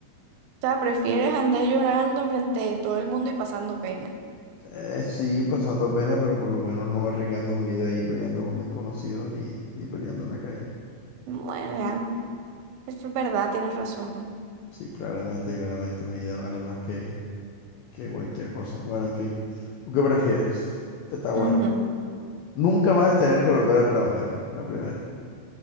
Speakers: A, on the right; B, on the left.
A: O sea, prefieres andar llorando frente de todo el mundo y pasando pena.
B: Eh, sí, pasando pena, pero por lo menos no arriesgando mi vida ahí peleando con desconocidos ni, ni peleando en la calle.
A: Bueno, ya, eso es verdad, tienes razón.
B: Sí, claramente, claramente mi vida vale más que, que cualquier cosa. Bueno, en fin. ¿Tú qué prefieres? Esta Está buena.
A: Ujú.
B: Nunca más tener que volver a trabajar, la primera.